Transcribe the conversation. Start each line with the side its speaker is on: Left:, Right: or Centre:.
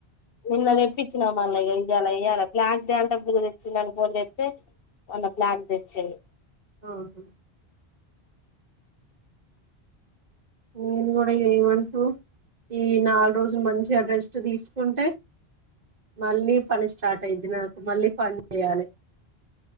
Left: నిన్న తెప్పించినా మల్ల ఇగ ఏం చేయ్యాల ఏ య్యాలా బ్లాక్ తే అంటే బ్లూ తెచ్చిండని అని ఫోన్ చెతే మల్ల బ్లాక్ తెచ్చిండు.
Right: ఆహా నేను కూడా ఏమంటూ ఈ నాలుగు రోజులు మంచి గా రెస్ట్ తీసుకుంటే. మళ్ళీ పని స్టార్ట్ అయిది నాకు మళ్ళీ పని చేయాలి.